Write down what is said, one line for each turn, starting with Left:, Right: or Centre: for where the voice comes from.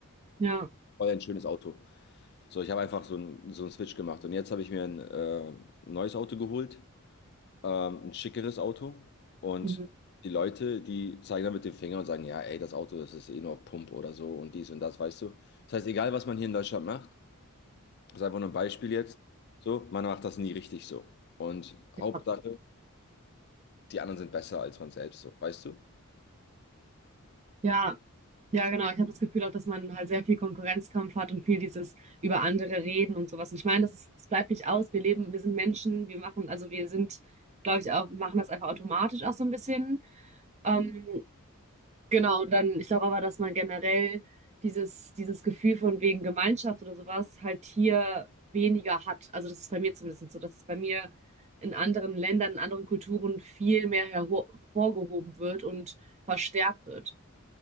Right: ja,
Left: Voll ein schönes Auto. So, ich habe einfach so einen so einen Switch gemacht und jetzt habe ich mir ein äh, neues Auto geholt, ähm, ein schickeres Auto und
Right: Mhm.
Left: die Leute, die zeigen dann mit dem Finger und sagen, ja, ey, das Auto, das ist eh nur auf Pump oder so und dies und das, weißt du? Das heißt, egal was man hier in Deutschland macht, das ist einfach nur ein Beispiel jetzt. So, man macht das nie richtig so. Und Hauptsache,
Right: ja,
Left: die anderen sind besser als man selbst so, weißt du?
Right: ja, ja,
Left: So.
Right: genau. Ich habe das Gefühl auch, dass man halt sehr viel Konkurrenzkampf hat und viel dieses über andere reden und sowas. Und ich meine, das, ist, das bleibt nicht aus. Wir leben, wir sind Menschen, wir machen, also wir sind, glaube ich, auch, machen das einfach automatisch auch so ein bisschen. Ähm, Genau, und dann, ich glaube aber, dass man generell dieses, dieses Gefühl von wegen Gemeinschaft oder sowas halt hier weniger hat. Also das ist bei mir zumindest so, dass es bei mir in anderen Ländern, in anderen Kulturen viel mehr hervor- hervorgehoben wird und verstärkt wird.